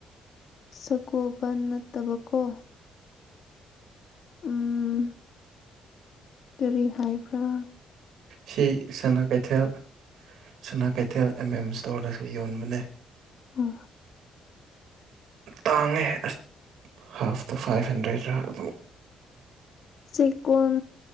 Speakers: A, on the left; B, on the right.
A: ꯁꯒꯣꯕ ꯅꯠꯇꯕꯀꯣ ꯎꯝ ꯀꯔꯔꯤ ꯍꯥꯏ ꯐ
B: ꯁꯤ ꯁꯅꯥ ꯀꯩꯊꯦꯜ ꯁꯅꯥ ꯀꯩꯊꯦꯜ ꯑꯦꯝ ꯑꯦꯝ ꯏꯁꯇꯣꯔꯗꯁꯨ ꯌꯣꯟꯕꯅꯦ
A: ꯑ
B: ꯇꯥꯡꯉꯦ ꯑꯁ ꯍꯥꯐꯇ ꯐꯥꯏꯚ ꯍꯟꯗ꯭ꯔꯦꯗ꯭ꯔꯥ ꯑꯗꯨ
A: ꯆꯀꯣꯟ